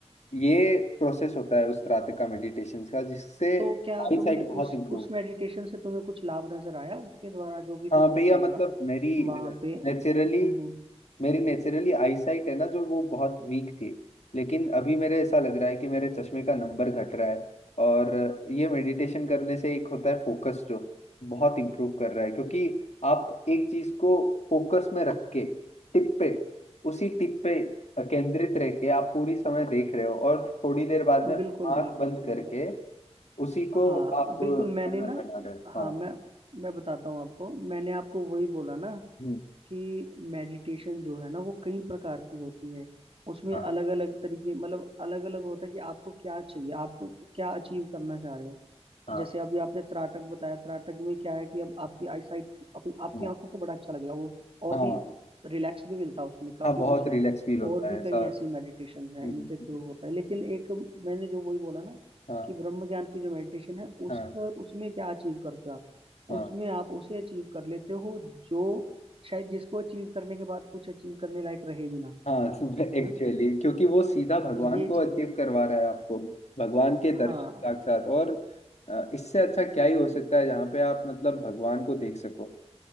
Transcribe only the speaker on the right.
तो क्या
तुम्हें
उस
उस मेडिटेशन से तुम्हें कुछ लाभ नजर आया उसके द्वारा जो भी
तुमने
किया
वहां पे हम्म
हम्म
बिल्कुल
बिल्कुल
सही
बात
हाँ
बिल्कुल
मैंने ना
हाँ
मैं मैं बताता हूँ आपको मैंने आपको वही बोला ना
कि मेडिटेशन जो है ना वो कई प्रकार की होती है उसमें
अलग अलग तरीके मतलब अलग अलग होता है कि आपको क्या चाहिए आपको क्या अचीव करना चाह रहे हो
जैसे अभी आपने त्राटक बताया त्राटक में क्या है कि अब आपकी आई साइट अपनी आपकी
आंखों को बड़ा अच्छा लगेगा वो और
भी रिलैक्स भी मिलता है उसमें काफी
कुछ है
और भी
कई ऐसी मेडिटेशन हैं
इनके
थ्रू होता है लेकिन एक मैंने जो वही बोला ना
कि ब्रह्म ज्ञान की जो मेडिटेशन है
उसका उसमें क्या अचीव करते हो आप
उसमें आप उसे अचीव कर लेते हो जो शायद जिसको अचीव करने के बाद कुछ अचीव करने लायक रहे भी ना
है
ना
ये
चीज
हाँ